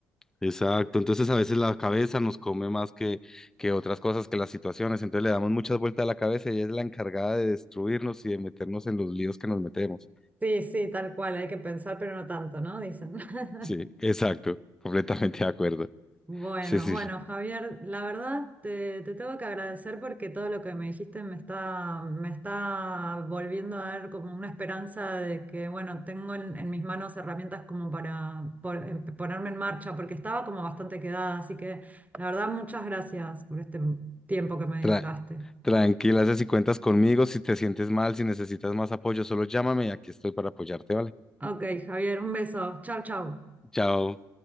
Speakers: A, in the centre; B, on the right.
A: exacto. Entonces, a veces la cabeza nos come más que, que otras cosas, que las situaciones, entonces le damos muchas vueltas a la cabeza y ella es la encargada de destruirnos y de meternos en los líos que nos metemos.
B: Sí, sí, tal cual, hay que pensar, pero no tanto, ¿no? Dicen. <laughs>
A: Sí, exacto, completamente de acuerdo.
B: Bueno,
A: Sí, sí,
B: bueno,
A: sí.
B: Javier, la verdad te, te tengo que agradecer porque todo lo que me dijiste me está, me está volviendo a dar como una esperanza de que, bueno, tengo en, en mis manos herramientas como para por- em- ponerme en marcha, porque estaba como bastante quedada, así que la verdad muchas gracias por este tiempo que me
A: Tra-
B: dedicaste.
A: Tranquila, sé si cuentas conmigo, si te sientes mal, si necesitas más apoyo, solo llámame y aquí estoy para apoyarte, ¿vale?
B: Ok, Javier, un beso. Chau, chau.
A: Chao.